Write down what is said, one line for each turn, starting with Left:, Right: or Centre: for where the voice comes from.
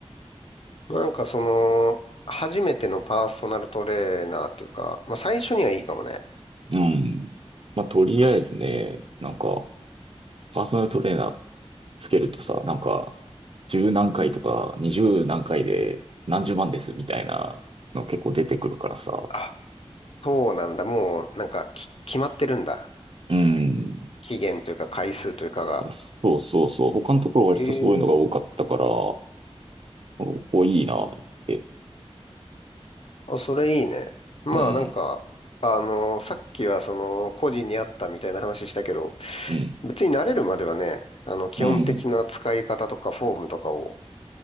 Left: なんかその、初めてのパーソナルトレーナーっていうか、まあ最初にはいいかもね。
Right: うん。まあ、とりあえずね、
Left: そ
Right: なんか、パーソナルトレーナーつけるとさ、なんか、十何回とか、二十何回で何十万ですみたいなの結構出てくるからさ。
Left: あ、そうなんだ。もう、なんか、き、決まってるんだ。
Right: うん。
Left: 期限というか回数というかが。
Right: あそうそうそう。他のところ割とそういうのが多かったから、
Left: ええ
Right: なんかここいいなと思って。
Left: あ、それいいね。まあなんか、
Right: うん、
Left: あの、さっきはその、個人にあったみたいな話したけど、
Right: うん、
Left: 別に慣れるまではね、あの、基本的な使い方とかフォームとかを
Right: うん、